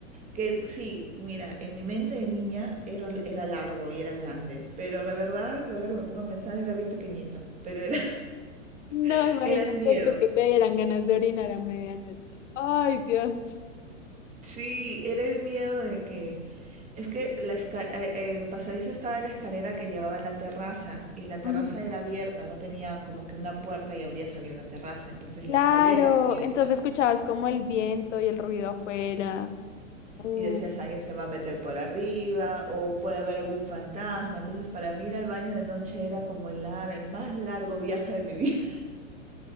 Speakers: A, on the right (about 20°); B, on the left (about 70°).
A: Que sí, mira, en mi mente de niña era, era largo y era grande, pero la verdad, ahora que me pongo a pensar, era bien pequeñito, pero era,
B: No,
A: <laughs>
B: imagínate
A: era el miedo.
B: tú que te dieran ganas de orinar a medianoche. Ay, Dios.
A: Sí, era el miedo de que, es que la esca- eh, eh, el pasadizo estaba en la escalera que llevaba a la terraza y la terraza
B: Ujú.
A: era abierta, no tenía como que una puerta y abrías había una terraza, entonces
B: Claro,
A: la escalera era abierta.
B: entonces escuchabas como el viento y el ruido afuera. Uh,
A: Y decías, alguien se va a meter por arriba o puede haber algún fantasma. Entonces, para mí ir al baño de noche era como el, lar- el más largo viaje de mi <laughs> vida.